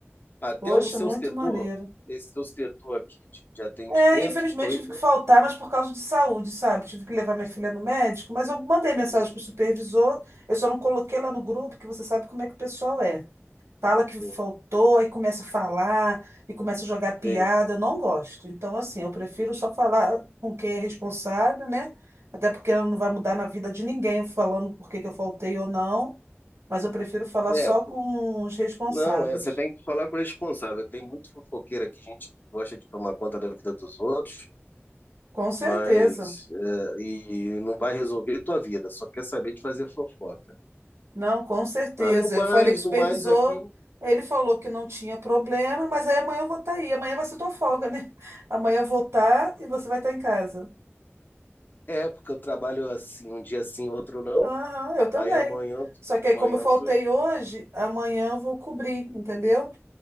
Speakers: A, on the left (about 45°); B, on the right (about 80°).
A: Até
B: Poxa,
A: o seu
B: muito
A: setor,
B: maneiro.
A: esse seu setor aqui de, de atendimento
B: É, infelizmente
A: foi
B: tive
A: com-
B: que faltar, mas por causa de saúde, sabe? Tive que levar minha filha no médico, mas eu mandei mensagem
A: hum,
B: pro supervisor, eu só não coloquei lá no grupo, que você sabe como é que o pessoal é. Fala que
A: hum,
B: faltou, aí começa a falar, e começa a jogar piada,
A: tem-
B: eu não gosto. Então, assim, eu prefiro só falar com quem é responsável, né? Até porque não vai mudar na vida de ninguém falando por que que eu faltei ou não, mas eu prefiro falar
A: é,
B: só com
A: pô,
B: os responsáveis.
A: não, é, você tem que falar com o responsável. Tem muito fofoqueiro aqui, gente que gosta de tomar conta da vida dos outros.
B: Com certeza.
A: mas é, e não vai resolver tua vida, só quer saber de fazer fofoca.
B: Não, com certeza.
A: Mas no mais,
B: Eu falei com o
A: no
B: supervisor,
A: mais aqui
B: ele falou que não tinha problema, mas aí amanhã eu vou estar aí. Amanhã vai ser tua folga, né? <laughs> Amanhã eu vou estar e você vai estar em casa.
A: é porque eu trabalho assim, um dia sim, outro não.
B: Aham, eu também.
A: Aí amanhã, eu tô-
B: Só que aí,
A: amanhã
B: como eu
A: eu
B: faltei
A: tô...
B: hoje, amanhã eu vou cobrir, entendeu?